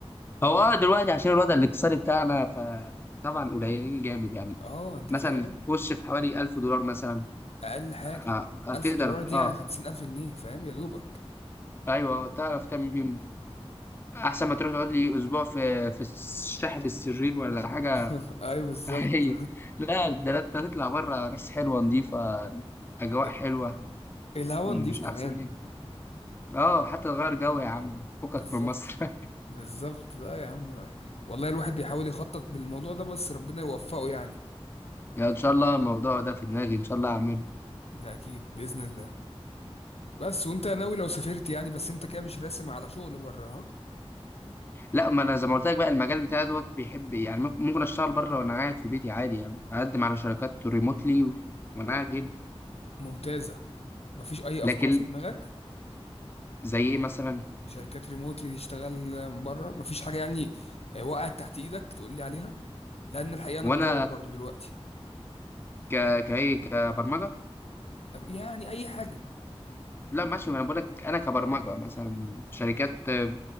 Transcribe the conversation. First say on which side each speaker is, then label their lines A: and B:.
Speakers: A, on the left (about 20°); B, on the left (about 75°).
A: هو آه دلوقتي عشان الوضع الاقتصادي بتاعنا فطبعا قليلين جامد يعني
B: اه انت
A: مثلا
B: فاهم
A: خش في حوالي 1000 دولار مثلا
B: اقل حاجه
A: آه، هتقدر
B: 1000 دولار دي
A: اه
B: يعني 50000 جنيه فاهم يا دوبك
A: ايوه تعرف تعمل فيهم احسن ما تروح تقعد لي اسبوع في في شاحة السرير ولا حاجه
B: <laughs> ايوه بالظبط
A: <laughs> هي لا ده انت هتطلع بره ناس حلوه نظيفه اجواء
B: <laughs>
A: حلوه
B: الهوا
A: مش
B: نضيف كمان
A: احسن من كده؟ اه حتى تغير جو يا عم فكك
B: بالظبط
A: من مصر <laughs>
B: بالظبط لا يا عم والله الواحد بيحاول يخطط بالموضوع ده بس ربنا يوفقه يعني
A: يعني ان شاء الله الموضوع ده في دماغي ان شاء الله هعمله
B: ده اكيد باذن الله بس وانت ناوي لو سافرت يعني بس انت كده مش راسم على شغل بره ها
A: لا ما انا زي ما قلت لك بقى المجال بتاعي دوت بيحب يعني ممكن ممكن اشتغل بره وانا قاعد في بيتي عادي يعني اقدم على شركات ريموتلي وانا قاعد هنا
B: ممتازه مفيش اي
A: لكن
B: افكار في دماغك
A: زي ايه مثلا
B: شركات ريموت اللي تشتغل بره مفيش حاجه يعني آه، وقعت تحت ايدك تقول لي عليها لان الحقيقه انا
A: وانا
B: بدور برضو دلوقتي
A: ك كايه كبرمجه
B: يعني اي حاجه
A: لا ماشي ما انا بقول لك انا كبرمجه مثلا شركات آه،